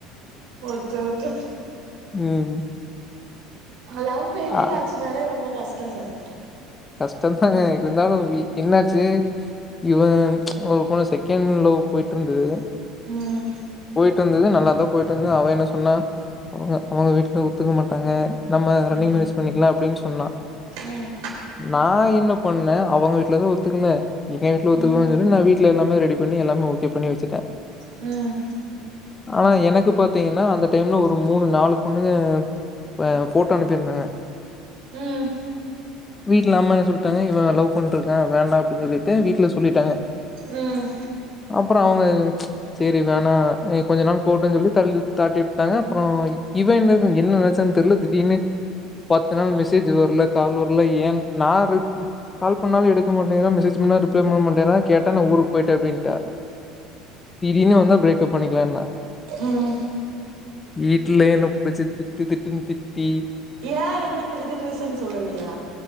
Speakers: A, on the right (about 65°); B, on the left (about 25°).
A: ஒருத்தர்க்கு
B: ம்
A: லவ்ஃபெய்லியராச்சினாலே
B: ஆ
A: ரொம்ப கஷ் இப்ப சார்
B: கஷ்டதாங்க இருந்தாலு இன்னாச்சு இவன் ஒரு பொண்ண செகண்ட் லவ் போயிட்ருந்தது
A: ம்
B: போயிட்ருந்தது நல்லாதான் போயிட்டுருந்தது அவ என்ன சொன்னா அவங்க அவங்க வீட்டுல ஒத்துக்க மாட்டாங்க நம்ம ரன்னிங்
A: ம்
B: மேரேஜ் பண்ணிக்கலா அப்டினு சொன்னா
A: ம்
B: நான் என்ன பண்ணே அவங்க வீட்டுலதா ஒத்துக்கல எங்க வீட்டுல ஒத்துக்குவாங்கன்னு
A: ம்
B: நான் வீட்டுல எல்லாமே ரெடி பண்ணி எல்லாமே ஓகே பண்ணி வச்சுட்டேன்
A: ம் ம்
B: ஆனா எனக்கு பாத்தீங்கன்னா அந்த டைம்ல ஒரு மூணு நாலு பொண்ணுங்க ஹா போட்டா அனுப்பிருந்தாங்க
A: ம்
B: வீட்டில் அம்மா என்ன சொல்டாங்க இவன் லவ் பண்ட்யிருக்கான் வேணா அப்படின்னு சொல்லிட்டு வீட்ல சொல்லிட்டாங்க
A: ம்
B: அப்பறம் அவங்க சரி வேணாம் இகொஞ்சம் நாள் போட்டோன்னு சொல்லி தள்ளி தாட்டிவிட்டாங்க அப்புறம் இவன் என்ன என்ன நினைச்சன்னு தெரில திடீர்னு பத்து நாள் மெசேஜ் வரல கால் வரல ஏன் நான் ரிப் கால் பண்ணாலும் எடுக்க மாட்டேங்கரா மெசேஜ் பண்ணா ரிப்ளை பண்ணமாட்டேங்ரா கேட்டா நான் ஊருக்கு போயிட்டே அப்டின்டா திடீனு வந்தா பிரேக்கப் பண்ணிக்கலானா
A: ம்
B: வீட்டுலயென்ன புடிச்சி திட்டு திட்டுன்னு திட்டி
A: ஏன் என்ன எதுக்குன் ரீசன் சொல்லலியா